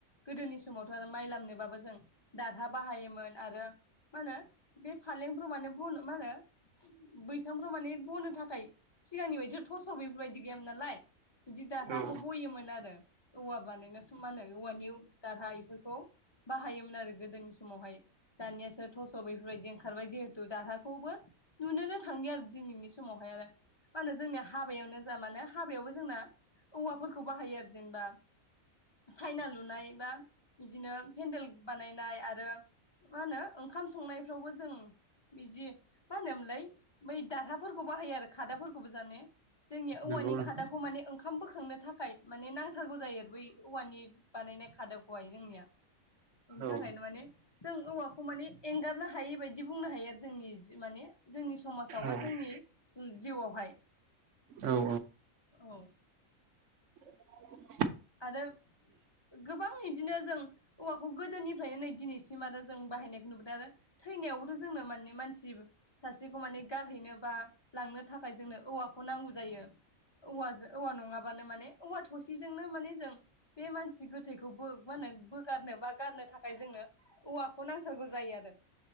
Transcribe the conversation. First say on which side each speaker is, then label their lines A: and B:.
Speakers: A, on the left (about 25°); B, on the right (about 65°).
A: गोदोनि समावथ' आरो माइ लामनोबाबो जों दाहा बाहायोमोन आरो मा होनो बे फालें फोराव माने ब मा होनो बैसांफ्राव माने बनो थाखाय सिगांनि बायदि थस' बेफोरबायदि गैयाम नालाय। बिदि दाहाखौ
B: औ
A: बयोमोन आरो औवा बानायनो स मा होनो औवानि दाहाय एफोरखौ। बाहायोमोन आरो गोदोनि समावहाय दानियासो थस' बेफोरबायदि ओंखारबाय जिहेथु दाहखखौबो नुनोनो थांलिया आरो दिनैनि स मावहाय आरो मा होनो जोंनिया हाबायावनो जा माने हाबायावबो जोंना औवाफोरखौ बाहायो आरो जेनेबा सायना लुनाय बा। बिदिनो पेन्देल बानायनाय आरो मा होनो ओंखाम संनायफ्रावबो जों बिदि मा होनोमोनलाय बै दाहाफोरखौ बाहायो आरो खादाफोरखौबो जाने‌ जोंनिया औवानि
B: नंगौ नोंथां
A: खादाखौ माने ओंखाम बोखांनो था खाय माने नांथारगौ जायो आरो बै औवानि बानायनाय खादबखौहाय जोंनिया बेनि थाखायनो
B: औ
A: माने जों औवाखौ माने एंगारनो हायै बायदि बुंनो हायो आरो जोंनि माने जोंनि समाव बा
B: औ
A: जोंनि जिउआवहाय
B: औ
A: औ
B: <inaudible>
A: आरो गोबां बिदिनो जों औवाखौ गोदोनिफ्रायनो नै दिनैसिम आरो जों बाहायनायखौ नुबोदों आरो थैनायावो जोंनो माने मानसि सासेखौ माने गारहैनो बा लांनो थाखाय जोंनो औवाखौ नांगौ जायो बेयो औवाजों औवा नङाबानो माने औवा थसेजोंनो माने जों बे मानसि गोथैखौ बो माहोनो बोगारनो बा गारनो थाखाय जोंनो औवाखौनो नांथारगौ जायो आरो